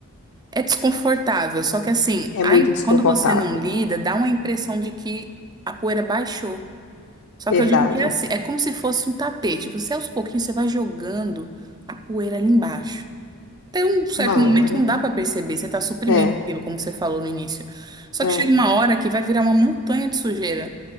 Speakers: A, on the right; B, on the left.
A: é desconfortável, só que assim,
B: É
A: aí,
B: muito desconfortável,
A: quando você não lida, dá uma impressão de que a poeira baixou. Só
B: verdade.
A: que eu digo que é assim, é como se fosse um tapete, você aos pouquinhos você vai jogando a poeira ali embaixo. Até um certo
B: Uma
A: momento
B: hora.
A: não dá pra perceber, você tá suprimindo
B: É,
A: aquilo, como você falou no início. Só
B: é.
A: que chega uma hora que vai virar uma montanha de sujeira.